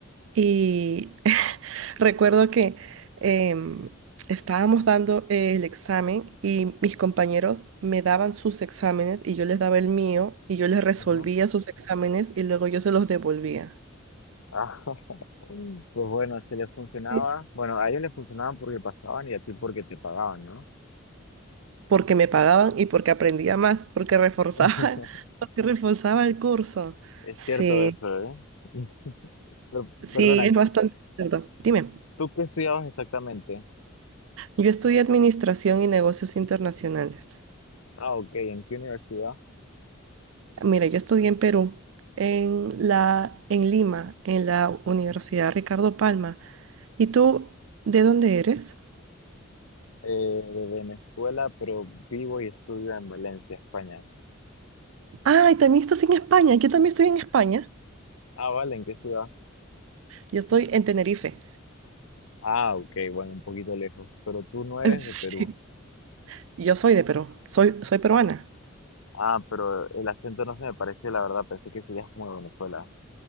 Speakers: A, on the right (about 65°); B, on the left (about 80°).
A: Y <laughs> recuerdo que em, estábamos dando eh, el examen y mis compañeros me daban sus exámenes y yo les daba el mío y yo les resolvía
B: ujú.
A: sus exámenes y luego yo se los devolvía
B: Ah, <laughs> Pues bueno, se les funcionaba.
A: Sí.
B: Bueno, a ellos les funcionaban porque pasaban y a ti porque te pagaban, ¿no?
A: porque me pagaban y porque aprendía más, porque reforzaba,
B: <laughs>
A: <laughs> porque reforzaba el curso.
B: Es
A: Sí,
B: cierto eso, ¿eh? <laughs> Pero,
A: sí,
B: perdona,
A: es bastante cierto. Dime.
B: ¿tú qué estudiabas exactamente?
A: Yo estudié Administración y Negocios Internacionales.
B: Ah, ok, ¿en qué universidad?
A: Mira, yo estudié en Perú, en la, en Lima, en la Universidad Ricardo Palma. ¿Y tú de dónde eres?
B: Eh, de Venezuela, pero vivo y estudio en Valencia, España.
A: Ah, y también estás en España. Yo también estoy en España.
B: Ah, vale, ¿en qué ciudad?
A: Yo estoy en Tenerife.
B: Ah, ok, bueno, un poquito lejos, pero tú no eres
A: <laughs> Sí.
B: de Perú.
A: Yo soy de Perú. Soy, soy peruana.
B: Ah, pero el acento no se me pareció, la verdad, pensé que serías como de Venezuela.